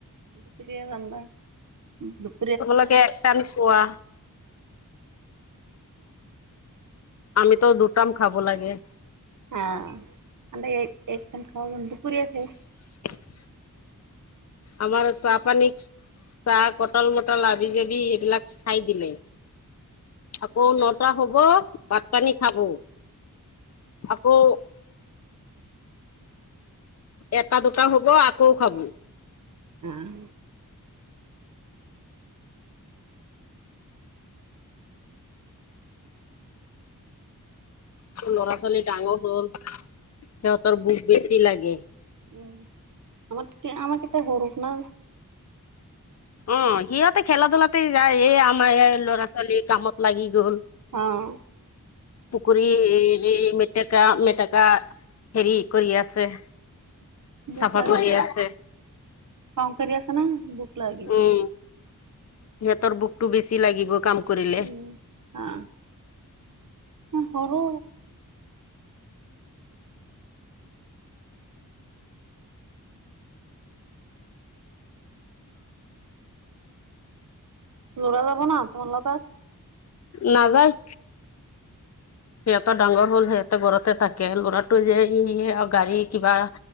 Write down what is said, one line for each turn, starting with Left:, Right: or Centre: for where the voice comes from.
Right: দূপৰীয়া ৰান্ধবা উম দুপ
Left: তোমালোকে এক টাইম খোৱা। আমিত দু টাইম খাব লাগে।
Right: অ, আমি এক এক টাইম খাওঁ দূপৰীয়া কে।
Left: <inaudible> আমাৰ তা পানীক চাহ কটল মটল হাবি-যাবি সেইবিলাক খাই দিলে। আকৌ নটা হ'ব, ভাত- পানী খাব, আকৌ- এটা দুটা হ'ব, আকৌ খাব।
Right: আহ।
Left: ল'ৰা ছোৱালী ডাঙৰ হ'ল, সিহঁতৰ ভুক বেছি লাগে।
Right: উম, আমাতকে আমাৰ কেইটা সৰুত না?
Left: অ সিহঁতে খেলা ধূলাতে যায় এই- আমাৰ ইয়াৰ ল'ৰা ছোৱালী কামত লাগি গ'ল।
Right: অঁহ।
Left: পুখুৰী হেৰি মেটেকা মেটেকা, হেৰি কৰি আছে।
Right: ভুক
Left: চাফা
Right: লাগিব,
Left: কৰি আছে
Right: কাম কাৰি আছা না ভুক লাগিব।
Left: উম সিহঁতৰ ভুকটো বেছি লাগিব কাম- কৰিলে
Right: উম হা, উম সৰু। ল'ৰা যাব না তোমাৰ লগত?
Left: নাযায়। সিহঁতৰ ডাঙৰ হ'ল সিহঁতৰ ঘৰতে থাকে ল'ৰাটো যে এই গাড়ী কিবা-